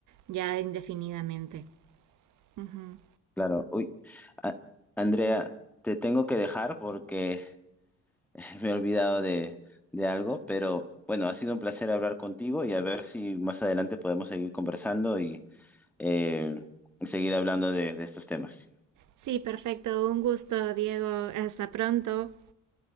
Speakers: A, on the right; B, in the centre.
A: ya indefinidamente. Ujú.
B: Claro, uy, a- Andrea, te tengo que dejar porque me he olvidado de, de algo, pero bueno, ha sido un placer hablar contigo y a ver si más adelante podemos seguir conversando y eh, seguir hablando de, de estos temas.
A: Sí, perfecto, un gusto, Diego. Hasta pronto.